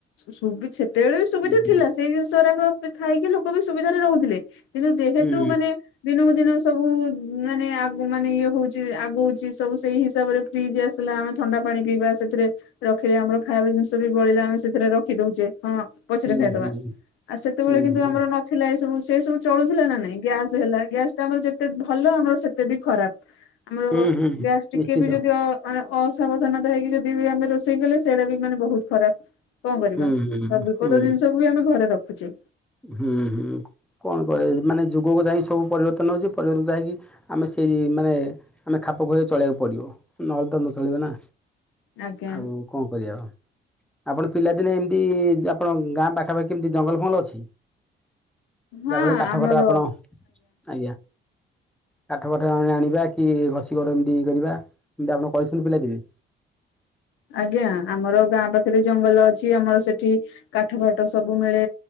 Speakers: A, on the left (about 85°); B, in the centre.
A: ସୁବି ସେତେବେଳେ ବି ସୁବିଧା
B: ହୁଁ ହୁଁ
A: ଥିଲା ସେଇ ଜିନିଷ ଗୁଡ଼ାକ ଥାଇକି ଲୋକ ବି ସୁବିଧାରେ ରହୁଥିଲେ କିନ୍ତୁ ଯେହେତୁ
B: ହୁଁ
A: ମାନେ ଦିନକୁ ଦିନ। ସବୁ ମାନେ ମାନେ ଇଏ ହଉଛି ଆଗଉଛି ସବୁ ସେଇ ହିସାବରେ ଫ୍ରିଜ ଗ୍ୟାସ। ପିଲା ମାନେ ଥଣ୍ଡା ପାଣି ପିଇବା ସେଥିରେ ରଖିଲେ ଆମର ଖାଇବା ଜିନିଷ ବି ବଳିଲେ ଆମେ ସେଥିରେ ରଖି ଦଉଛେ। ପଛରେ
B: ହୁଁ ହୁଁ
A: ଆ ସେତେବେଳେ
B: ହୁଁ
A: କିନ୍ତୁ
B: ହୁଁ।
A: ଆମର ନ ଥିଲା ଏ ସବୁ ସେ ସବୁ ଚଳୁଥିଲା ନା ନାଇଁ ଗ୍ୟାସ ହେଲା ଗ୍ୟାସ୍ ଟା ଆମର ଯେ ତେ ଭଲ ଆମର ସେତେ ବି ଖରାପ ଆମର
B: ହୁଁ ହୁଁ
A: ଗ୍ୟାସ୍ ଟିକେ
B: ନିଶ୍ଚିନ୍ତ
A: ବି ଯଦି ଅ ମାନେ ଅସାବଧାନତା ହେଇକି ଯଦି ବି ଆମେ ରୋଷେଇ କଲେ ସେଇଟା ବି ମାନେ ବହୁତ ଖରାପ କଣ କରିବା।
B: ହୁଁ ହୁଁ
A: ସବୁ ବିପଦ
B: ହୁଁ
A: ଜିନିଷକୁ ବି ଆମେ ଘରେ ରଖୁଛେ।
B: ହୁଁ ହୁଁ କଣ କରିବା ମାନେ ଯୁଗକୁ ଯାଇକି ସବୁ ପରିବର୍ତ୍ତନ ହଉଛି ପରିବର୍ତ୍ତନକୁ ଯାଇକି ଆମେ ସେଇ ମାନେ ଆମେ ଖାପ ଖୁଆଇ ଚଳେଇବାକୁ ପଡ଼ିବ ନହେଲେ ତ ନ ଚଳିବ ନା।
A: ଆଜ୍ଞା
B: ଆଉ କଣ କରିବା ଆପଣ ପିଲାଦିନେ ଏମିତି ଯା ଆପଣ ଗାଁ ପାଖାପାଖି ଏମିତି ଜଙ୍ଗଲ ଫଙ୍ଗଲ ଅ ଛି ଯାହା
A: ହଁ
B: ଫଳରେ କାଠ
A: ଆମର
B: ଫାଠ ଆପଣ ଆଜ୍ଞା। କାଠ ଫାଠ <unintelligible> ଆଣିବା କି ଘଷି ଘର ଏମିତି କରିବା ଏମିତି ଆପଣ କରିଛନ୍ତି ପିଲାଦିନେ?
A: ଆଜ୍ଞା ଆମର ଗାଁ ପାଖରେ ଜଙ୍ଗଲ ଅଛି ଆମର ସେଠି କାଠ ଫାଠ ସବୁ ମିଳେ।